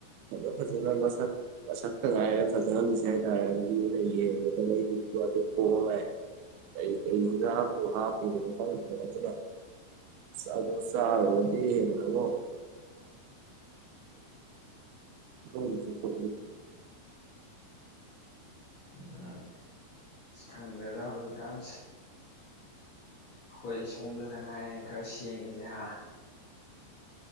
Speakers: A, on the right (about 80°); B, on the left (about 85°).
A: ꯐꯖ ꯐꯖꯅ ꯃꯁꯛ ꯑꯁꯛꯇ ꯀꯥꯏ ꯐꯒꯁ ꯇꯔꯌꯦ ꯑꯗꯨ ꯐꯣ ꯍꯥꯏ ꯀꯩ ꯀꯩꯒ ꯍꯥ ꯐ ꯑꯗꯨ ꯆꯗꯣ ꯆꯥꯗꯤꯦꯔꯕꯣ ꯗꯧꯁꯨꯄ
B: ꯎ ꯑꯁ ꯈꯪꯗ꯭ꯔꯦꯗ ꯍꯧꯖꯤꯛꯀꯥꯟ ꯑꯩꯈꯣꯏ ꯁꯣꯝꯗꯗ ꯍꯥꯏꯥꯏꯔꯤꯅꯦ ꯈꯔ ꯁꯦꯡꯉꯁꯦ ꯍꯥ